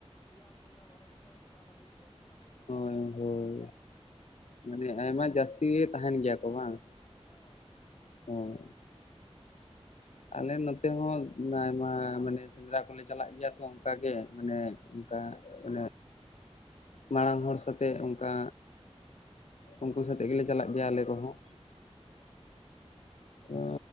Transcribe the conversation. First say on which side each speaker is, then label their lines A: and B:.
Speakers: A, on the left; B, on the left.
A: ᱯᱮᱭᱟ ᱯᱩᱱᱭᱟ ᱢᱚᱬᱮ ᱜᱚᱴᱮᱡ ᱚᱱᱠᱟ ᱫᱚ ᱦᱩᱭ ᱜᱚᱡ ᱵᱟᱲᱟ ᱦᱩᱭ ᱟᱠᱟᱱᱟ
B: ᱦᱳᱭ ᱦᱳᱭ ᱢᱟᱱᱮ ᱟᱭᱢᱟ ᱡᱟᱹᱥᱛᱤ ᱛᱟᱦᱮᱱ ᱜᱮᱭᱟ ᱠᱚ ᱵᱟᱝ
A: ᱦᱮᱸ
B: ᱦᱚᱸ ᱟᱞᱮ ᱱᱚᱛᱮ ᱦᱚᱸ ᱟᱭᱢᱟ ᱢᱟᱱᱮ ᱥᱮᱸᱫᱽᱨᱟ ᱠᱚᱞᱮ ᱪᱟᱞᱟᱜ ᱜᱮᱭᱟ ᱛᱚ ᱚᱱᱠᱟᱜᱮ ᱢᱟᱱᱮ ᱚᱱᱠᱟ ᱮ ᱢᱟᱲᱟᱝ ᱦᱚᱲ ᱥᱟᱛᱮᱜ ᱚᱱᱠᱟ ᱩᱱᱠᱩ ᱥᱟᱛᱮᱜ ᱜᱮᱞᱮ ᱪᱟᱞᱟᱜ ᱜᱮᱭᱟ ᱟᱞᱮ ᱠᱚᱦᱚᱸ
A: ᱚ
B: ᱚ